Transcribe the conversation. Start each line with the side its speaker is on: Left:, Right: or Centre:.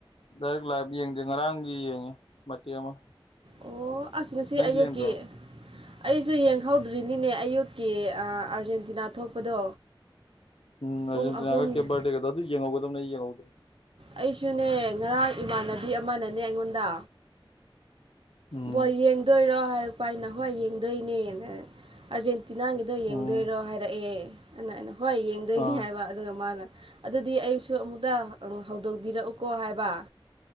Left: ꯗꯥꯏꯔꯦꯛ ꯂꯥ꯭ꯏꯚ ꯌꯦꯡꯗꯦ ꯉꯔꯥꯡꯒꯤ ꯌꯦꯡꯉꯤ ꯃꯇꯦꯛ ꯑꯃ
Right: ꯑꯣ ꯑꯁ ꯉꯁꯤ
Left: ꯅꯪꯗꯤ
Right: ꯑꯌꯨꯛꯀꯤ
Left: ꯌꯦꯡꯗ꯭ꯔꯣ
Right: ꯑꯩꯁꯨ ꯌꯦꯡꯍꯧꯗ꯭ꯔꯤꯅꯤꯅꯦ ꯑꯌꯨꯛꯀꯤ ꯑ ꯑꯥꯔꯖꯦꯟꯇꯤꯅꯥ ꯊꯣꯛꯄꯗꯣ
Left: ꯎꯝ ꯑꯔꯖꯦꯟꯇꯤꯅꯥꯒ
Right: ꯄꯨꯡ ꯑꯍꯨꯝꯒꯤ
Left: ꯀꯦꯝꯕꯔꯗꯦꯒꯗꯣ ꯑꯗꯨ ꯌꯦꯡꯍꯧꯒꯗꯕꯅꯦ ꯑꯩ ꯌꯦꯡꯍꯧꯗ꯭ꯔꯦ
Right: ꯑꯩꯁꯨꯅꯦ ꯉꯔꯥꯡ ꯏꯃꯥꯟꯅꯕꯤ ꯑꯃꯅꯅꯦ ꯑꯩꯉꯣꯟꯗ
Left: ꯎꯝ
Right: ꯕꯣꯜ ꯌꯦꯡꯗꯣꯏꯔꯣ ꯍꯥꯏꯔꯛꯄ ꯑꯩꯅ ꯍꯣꯏ ꯌꯦꯡꯗꯣꯏꯅꯦꯅ ꯑꯥꯔꯖꯦꯟꯇꯤꯅꯥꯒꯤ ꯑꯗꯣ ꯌꯦꯡꯗꯣꯏꯔꯣ
Left: ꯎꯝ
Right: ꯍꯥꯏꯔꯛꯑꯦ ꯑꯩꯅ ꯑꯩꯅ ꯍꯣꯏ ꯌꯦꯡꯗꯣꯏꯅꯤ
Left: ꯑꯥ
Right: ꯍꯥꯏꯕ ꯑꯗꯨꯒ ꯃꯥꯅ ꯑꯗꯨꯗꯤ ꯑꯩꯁꯨ ꯑꯃꯨꯛꯇ ꯍꯧꯗꯣꯛꯄꯤꯔꯛꯎꯀꯣ ꯍꯥꯏꯕ